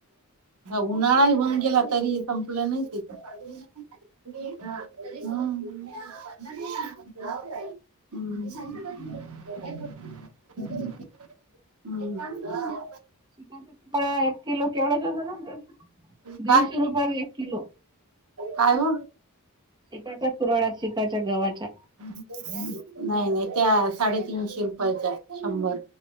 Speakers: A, on the right (about 85°); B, on the right (about 20°).
A: उन्हाळा इवन गेला तरी संपलं नाय तिचं. <inaudible> हम्. <inaudible>
B: त्या एक किलो केवड्याचा <unintelligible> दीडशे
A: काय
B: रुपयाला एक. किलो.
A: काय हो?
B: चिकाच्या कुरळ्या चिकाच्या गव्हाच्या.
A: नाही नाही त्या साडेतीनशे रुपयाचं आहे शंभर.